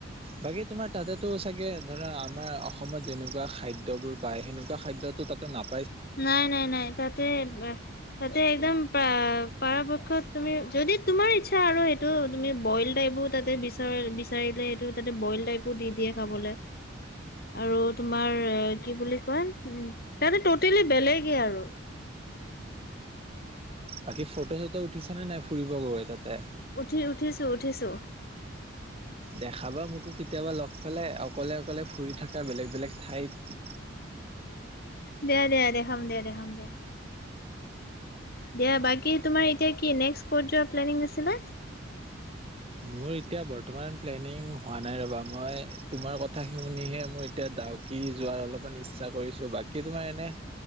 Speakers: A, on the right; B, on the left.
A: বাকী তোমাৰ তাতেতো চাগে ধৰা আমাৰ অসমত যেনেকুৱা খাদ্যবোৰ পায় সেনেকুৱা খাদ্যতো তাতে নাপ
B: নাই নাই নাই তাতে তাতে একদম পৰাপক্ষত তুমি যদি তোমাৰ ইচ্ছা আৰু সেইটো তুমি বইল টাইপো তাতে বিচাৰা বিচাৰিলে সেইটো তাতে বইল টাইপো দি দিয়ে খাবলে আৰু তোমাৰ কি বুলি কয় তাতে ট টেলি বেলেগেই আৰু
A: বাকী ফটো চটো উঠিছা নে নাই ফুৰিব গৈ তাতে।
B: উঠি উঠিছোঁ উঠিছোঁ
A: দেখাবা মোকো কেতিয়াবা লগ পালে অকলে অকলে ফুৰি থকা বেলেগ বেলেগ ঠাইত
B: দে দে দেখাম দে দেখাম দে দিয়া বাকী তোমাৰ এতিয়া কি নেক্স কত যোৱাৰ প্লেনিং আছিলে
A: মোৰ এতিয়া বৰ্তমান প্লেনিং হোৱা নাই ৰ'বা মই তোমাৰ কথা শুনিহে মোৰ এতিয়া ডাউকি যোৱাৰ অলপমান ইচ্ছা কৰিছোঁ বাকী তোমাৰ এনে